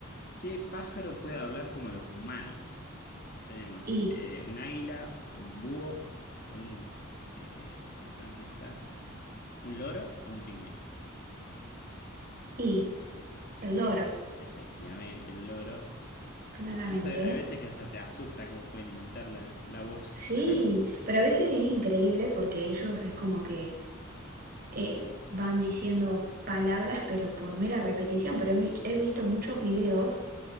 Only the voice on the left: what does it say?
¿Qué pájaro puede hablar como los humanos? Tenemos
eh, un águila, un búho, un... eh, ¿cómo se llaman estas? ¿Un loro o un pingüino?
Efectivamente, el loro.
Incluso hay, hay
veces que hasta te asusta cómo pueden imitar la, la voz.
<laughs>